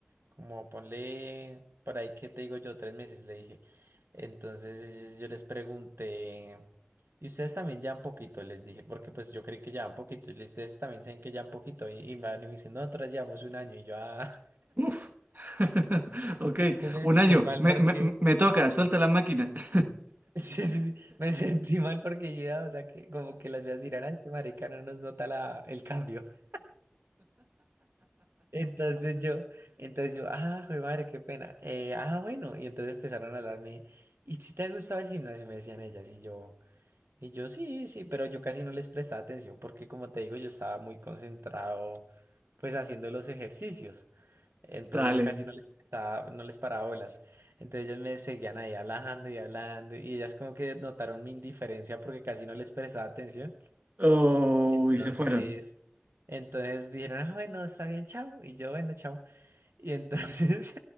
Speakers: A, on the right (about 75°); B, on the right (about 50°).
A: Como ponle, por ahí, ¿qué te digo yo? Tres meses, le dije. Entonces yo les pregunté, ¿y ustedes también llevan poquito? Les dije, porque pues yo creí que llevan poquito. Y les dije, ustedes también saben que llevan poquito. Y, y me van y me dicen, "No, nosotras llevamos un año. Y yo, ah.
B: Uf. <laughs> Ok,
A: Yo me
B: un
A: sentí
B: año,
A: mal
B: me,
A: porque,
B: me, me toca, suelta la máquina. <laughs>
A: <laughs> sí, sí, sí, me sentí mal porque yo, ya, o sea, que como que las veas dirán, ay, qué marica, no nos nota la, el cambio. <laughs> Entonces yo, entonces yo, ah, joder, madre, qué pena. Eh, ah, bueno, y entonces empezaron a hablarme, ¿y si te ha gustado el gimnasio? Me decían ellas, y yo, y yo, sí, sí, pero yo casi no les prestaba atención porque, como te digo, yo estaba muy concentrado, pues, haciendo los ejercicios. Entonces
B: Dale.
A: yo casi no les, estaba- no les paraba bolas. Entonces ellas me seguían ahí hablando y hablando y ellas como que notaron mi indiferencia porque casi no les prestaba atención.
B: Oh,
A: Entonces,
B: y se fueron.
A: entonces dijeron, ah, bueno, está bien, chao. Y yo, bueno, chao. Y entonces,